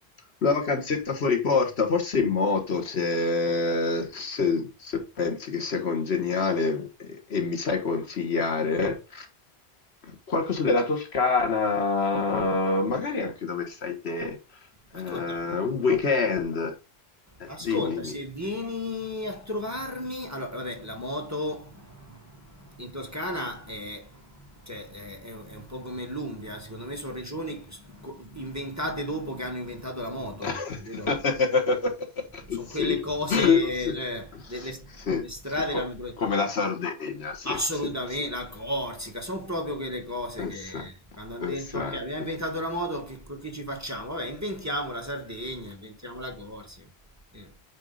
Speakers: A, on the left; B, on the right.
A: una vacanzetta fuori porta, forse in moto, se, se- se pensi che sia congeniale e, e mi sai consigliare. Qualcosa della Toscana, magari anche dove stai te,
B: Ascolta,
A: eh, un weekend. Eh,
B: ascolta,
A: dimmi, dimmi.
B: se vieni a trovarmi, allora vabbè, la moto in Toscana è, cioè, è- è- è un po' come l'Umbria, secondo me sono regioni s- co- inventate dopo che hanno inventato la moto,
A: <laughs>
B: capito? sono
A: Sì,
B: quelle cose,
A: sì,
B: cioè, le, le-
A: sì,
B: le strade
A: sì, co-
B: l'hanno... pro-
A: come la Sardegna, sì,
B: Assolutamente,
A: sì, sì.
B: la Corsica, sono proprio quelle cose
A: Essa-
B: che quando hanno
A: Esatto.
B: detto ok, abbiamo inventato la moto, che, che ci facciamo? Vabbè, inventiamo la Sardegna, inventiamo la Corsica. Eh.